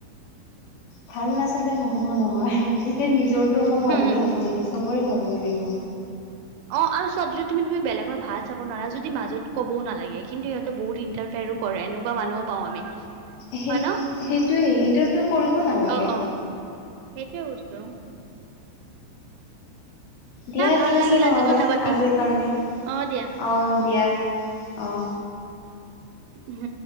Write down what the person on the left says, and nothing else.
ভাল নাচালে নহব নহয়। এতিয়া নিজৰটো অকল
ভাবিলে হব নেকি? চবৰে ভাবিব লাগিব।
সে-
সেইটোৱেই ইণ্টাৰফেৰ কৰিব নালাগে।
দিয়া,
ঠিক আছে
নহ'লে,
আজিৰ কাৰণে।
অ' দিয়া। অ'।